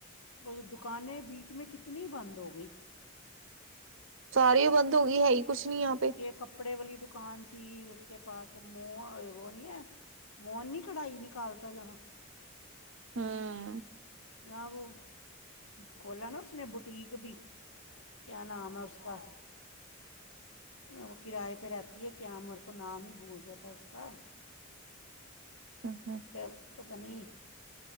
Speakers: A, on the left; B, on the right.
A: ਓ ਜੋ ਦੁਕਾਨੇ ਬੀਚ ਮੇਂ ਕਿਤਨੀ ਬੰਦ ਹੋ ਗਈ।
B: ਸਾਰੀ ਬੰਦ ਹੋ ਗਈ। ਹੈ ਈ ਕੁਛ ਨੀ ਯਹਾਂ ਪੇ।
A: ਕੱਪੜੇ ਵਾਲੀ ਦੁਕਾਨ ਥੀ। ਉਸ ਕੇ ਪਾਸ ਮੋ ਵੋ ਨੀ ਹੈ? ਮੋਹਨ ਨੀ ਕਢਾਈ ਨਿਕਾਲਤਾ ਜਹਾਂ।
B: ਹੂੰ।
A: ਯਾਹ ਵੋ ਖੋਲਾ ਨਾ ਉਸਨੇ ਬੁਟੀਕ ਭੀ ਕਆ ਨਾਮ ਹੈ ਉਸਕਾ? ਓ ਕਿਰਾਏ ਪੇ ਰਹਤੀ ਹੈ ਕੇਆ ਮੇਰੇ ਕੋ ਨਾਮ ਈ ਭੂਲ ਜਾਤਾ ਹੈ ਉਸ ਕਾ।
B: ਹਂ ਹਂ।
A: ਤੇ ਓ ਪਤਾ ਨੀ।